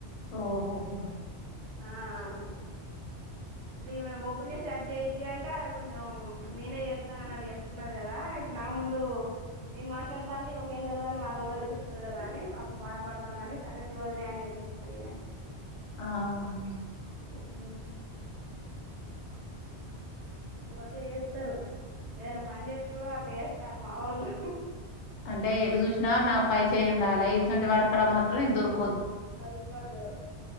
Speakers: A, on the left; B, on the right.
A: ఓహోహో
B: ఆ ఇప్పుడు ఈమె ఓపెన్ చేసి అజ్జేయి ఇజేయి అంటే అడ కొంచెం నేనే చెస్తాన అని అడ చెప్పుకున్నది కదా. ఇప్పుడు నా ముందు నేను మాట్లాడుతా అంటే ఇమకేం తెలవదని వాళ్ళలో తెలుస్తది కదా అని పాపం బాధపడుతాందని, సరే తీ వదిలేయి అని చెప్పేసిన నేనే.
A: ఆహా
B: ఉ అట్లా చేస్తారు ఏదైనా పని చెప్తే కూడా అట్లా చేస్తారు కర్మ వాళ్ళు
A: అంటే ఎటు చూసినా నా పై చేయి ఉండాలి ఇసువంటి వాటికాడ మాత్రం నేను దొరుకు
B: దొరకదు